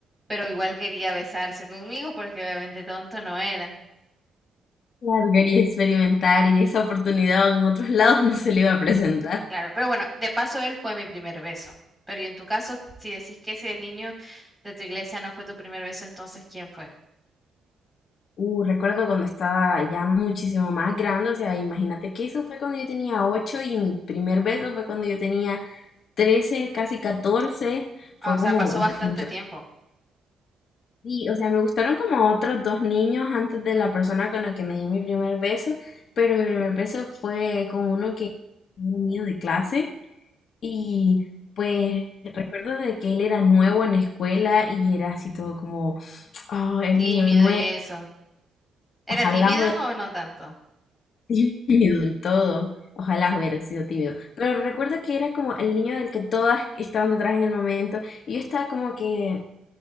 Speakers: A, in the centre; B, on the left.
A: pero igual quería besarse conmigo porque obviamente tonto no era.
B: Largar y experimentar y esa oportunidad en otros lados no se le iba a presentar.
A: Claro, pero bueno, de paso él fue mi primer beso. Pero y en tu caso, si decís que ese niño de tu iglesia no fue tu primer beso, entonces ¿quién fue?
B: Uh, recuerdo cuando estaba ya muchísimo más grande, o sea, imagínate que eso fue cuando yo tenía 8 y mi primer beso fue cuando yo tenía 13, casi 14.
A: Ah,
B: Fue
A: o sea,
B: como,
A: pasó
B: uf,
A: bastante
B: mucha
A: tiempo.
B: Sí, o sea, me gustaron como otros dos niños antes de la persona con la que me di mi primer beso, pero mi primer beso fue con uno que era mío de clase y pues recuerdo de que él era nuevo en la escuela y era así todo como, oh, el
A: Tímido
B: niño nuevo,
A: y eso. ¿Era
B: ojalá
A: tímido
B: hubiera
A: o no tanto?
B: sido <laughs> tímido del todo, ojalá hubiera sido tímido, pero recuerdo que era como el niño del que todas estaban detrás en el momento y yo estaba como que